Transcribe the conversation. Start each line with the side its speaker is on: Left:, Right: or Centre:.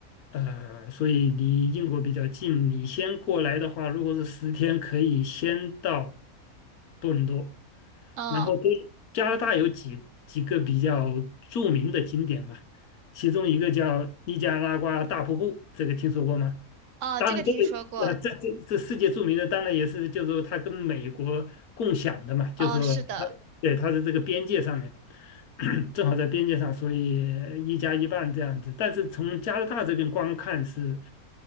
Left: 呃，所以离英国比较近。你先过来的话，如果是十天，可以先到多伦多，
Right: 嗯，
Left: 然后多加拿大有几几个比较著名的景点嘛，其中一个叫尼加拉瓜大瀑布，这个听说过吗？
Right: 哦，
Left: 当然，
Right: 这个听说过，
Left: 这个呃，这这这世界著名的，当然也是，就是说它跟美国共享的嘛，就是说它对它的这个边界上面，
Right: 哦，是的，
Left: <coughs> <clears throat> 正好在边界上，所以一加一半这样子。但是从加拿大这边观看是